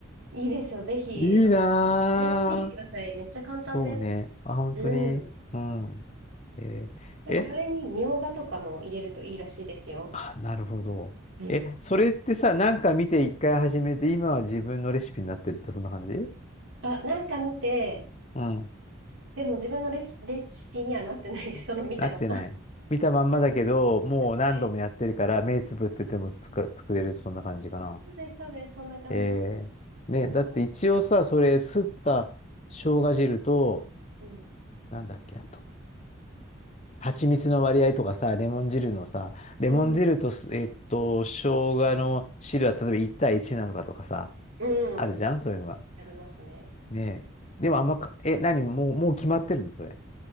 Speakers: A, on the right (about 75°); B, on the left (about 30°).
A: いいですよ、ぜひ、
B: いいなぁ。
A: 試してみてください。めっちゃ簡単です。
B: そうね。あ、本当に。
A: うん。
B: うん。えーえ、
A: なんかそれにみょうがとかも入れるといいらしいですよ。
B: あ、なるほど。
A: うん。
B: え、それってさ、なんか見て一回始めて、今は自分のレシピになってるってそんな感じ
A: あ、なんか見て、
B: うん。
A: でも自分のレシ、レシピにはなってないです。<laughs> その見たまま。
B: なってない。見たまんまだけど、もう何度もやってるから、
A: はい。
B: 目つぶっててもつか作れる、そんな感じかな。
A: そうです、そうです。そんな感じ。
B: えー、ね、
A: うん。
B: だって一応さ、それ、すった生姜汁と、
A: うん。
B: なんだっけ、あと蜂蜜の割合とかさ、レモン汁のさ、レモン汁とす、
A: うん。
B: えっと、生姜の汁は例えば1対1なのかとかさ、
A: うん
B: あるじゃん、そういうのが。
A: ありますね。
B: ねえ。でもあんまか、え、何、もう、もう決まってるの、それ。